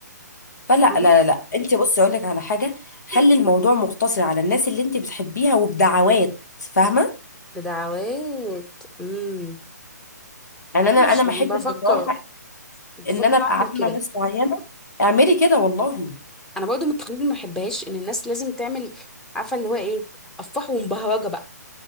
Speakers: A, on the left; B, in the centre.
A: فلا
B: فاهمة
A: لا لا لا انت بصي اقول لك على حاجه خلي الموضوع مقتصر على الناس اللي انت بتحبيها وبدعوات فاهمه
B: بدعوات امم
A: يعني انا
B: ماشي
A: انا ما
B: يعني
A: احبش
B: بفكر
A: بصراحه
B: بفكر
A: ان انا ابقى
B: اعمل
A: عامه
B: كده
A: ناس معينه اعملي كده والله
B: انا برضو من التقاليد اللي ما بحبهاش ان الناس لازم تعمل عارفة اللي هو ايه افراح ومبهرجة بقى